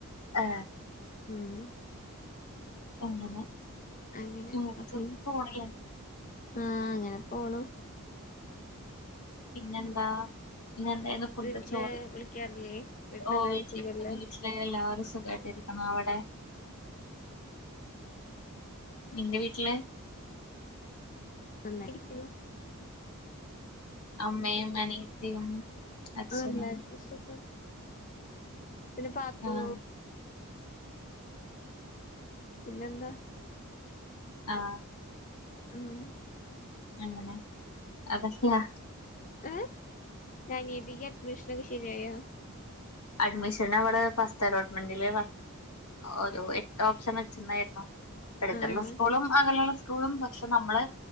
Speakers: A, on the left; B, on the left.
A: ഏ
B: ഉം
A: അങ്ങനെ
B: അങ്ങനെ
A: ഇങ്ങനൊക്കെ
B: അപ്പ
A: പോണ്
B: ആ അങ്ങനെ പോണു
A: പിന്നെന്താ ഇന്ന് എന്തെന്നു ഫുഡ്
B: വീട്ടില്
A: ചോറ്
B: വിളിക്കാറില്ലേ വീട്ടിലെല്ലാരും
A: ഓ വീട്ടില
B: സുഖല്ലേ
A: വീട്ടിലെ എല്ലാരും സുഖ ട്ടിരിക്കുന്നു അവിടെ നിന്റെ വീട്ടില്
B: നന്നായിരിക്ക്‌ണു
A: അമ്മയും അനിയത്തിയും അച്ചനും
B: ആഹ് എല്ലാർക്കും സുഖം പിന്നെ പാത്തൂ
A: ആഹ്
B: പിന്നെന്താ
A: ആ
B: ഉം
A: എങ്ങനെ <unintelligible>
B: ഏ ഞാൻ ഏതി ഈ അഡ്മിഷണ ശരിയായോ
A: അഡ്മിഷൻ അവിടെ ഫസ്റ്റ് അലോട്ട്മെന്റില് ഒരു എട്ട് ഓപ്ഷൻ വെച്ചിണ്ടായിരുന്നു എടുത്തുള്ള
B: ആഹ്
A: സ്കൂളും അക ലെയുള്ള സ്കൂളും പ പക്ഷെ നമ്മള്